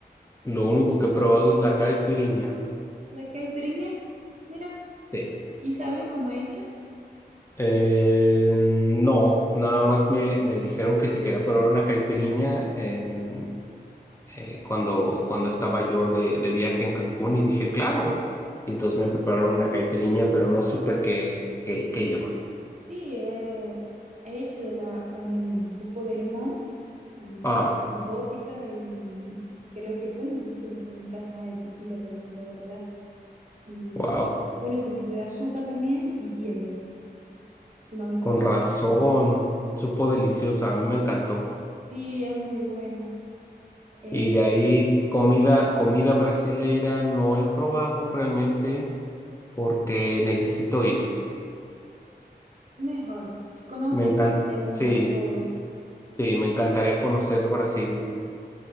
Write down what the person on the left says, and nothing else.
lo único que he probado es la caipirinha.
Sí.
Eh, no, nada más me, me dijeron que si quería probar una caipirinha en- eh, cuando, cuando estaba yo de, de viaje en Cancún y dije, claro. Y entonces me prepararon una caipirinha, pero no supe qué, qué, qué lleva.
Ah,
wow.
Con razón,
supo deliciosa, a mí me encantó.
Y de ahí comida, comida brasileira no he probado realmente porque necesito ir.
Me encanta,
sí,
sí, me encantaría conocer Brasil.